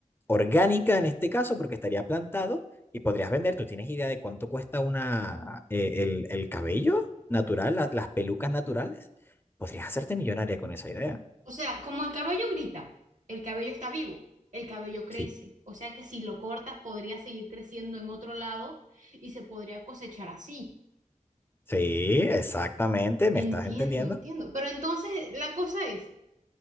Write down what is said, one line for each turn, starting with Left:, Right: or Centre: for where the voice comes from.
Left: orgánica en este caso, porque estaría plantado y podrías vender. ¿Tú tienes idea de cuánto cuesta una, eh, el, el cabello natural, la- las pelucas naturales? Podrías hacerte millonaria con esa idea.
Right: O sea, como el cabello grita, el cabello está vivo, el cabello crece.
Left: Sí.
Right: O sea que si lo cortas podría seguir creciendo en otro lado y se podría cosechar así.
Left: Sí, exactamente, me
Right: Entiendo,
Left: estás entendiendo.
Right: entiendo. Pero entonces la cosa es,